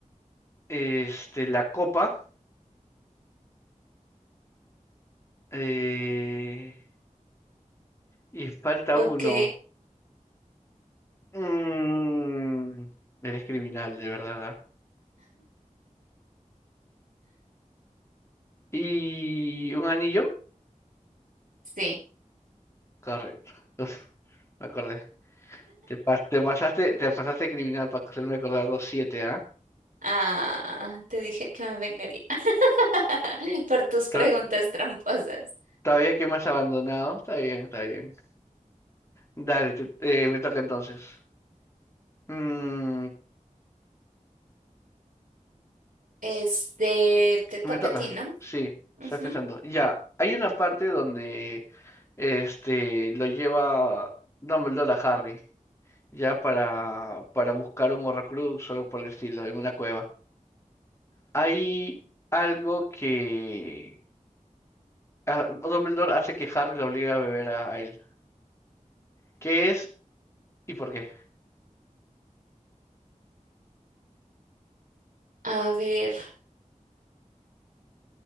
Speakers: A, on the left; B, on the right.
A: Este, la copa. eh, y falta
B: ok,
A: uno. Mm, eres criminal, de verdad, ¿verdad? ¿Y un anillo?
B: sí.
A: Correcto. Uf, me acordé. Te, pas- te pasaste, te pasaste criminal para hacerme acordar los siete, ¿ah?
B: Ah, te dije que me vengaría <laughs> por tus preguntas
A: To-
B: tramposas.
A: Todavía que más abandonado. Está bien, está bien. Dale, te- eh, me toca entonces. Mm,
B: Este, te toca
A: me toca.
B: a ti, ¿no?
A: Sí,
B: Ujú.
A: estoy pensando. Ya, hay una parte donde este lo lleva Dumbledore a Harry. ya para, para buscar un Horrocrux o algo por el estilo, en una cueva. Hay algo que ah, Dumbledore hace que Harry lo obliga a beber a, a él. ¿Qué es y por qué?
B: A ver,